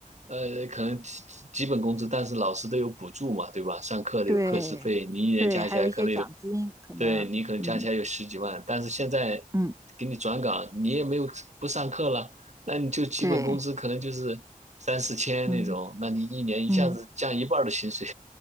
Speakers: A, on the right (about 55°); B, on the right (about 20°).
A: 呃，可能基基基本工资，但是老师都有补助嘛，对吧？上课的有课时费，
B: 对对，
A: 你一年加起来可能有，
B: 还有一些奖金可能，
A: 对，你可能加起来有十几万，
B: 嗯
A: 但是现在
B: 嗯，
A: 给你转岗，你也没有不上课了，那你就基本工资可能就是三四千那种，
B: 对，嗯
A: 那你一年一下子降一半儿的薪水，
B: 嗯